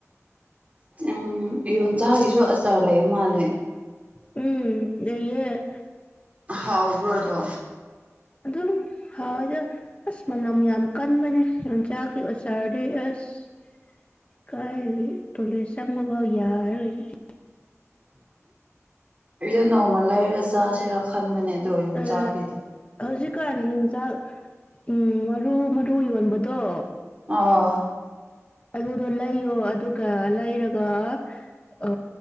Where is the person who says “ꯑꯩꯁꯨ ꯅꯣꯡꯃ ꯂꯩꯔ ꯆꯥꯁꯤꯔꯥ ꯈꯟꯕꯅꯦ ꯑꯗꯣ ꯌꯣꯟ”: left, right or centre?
Right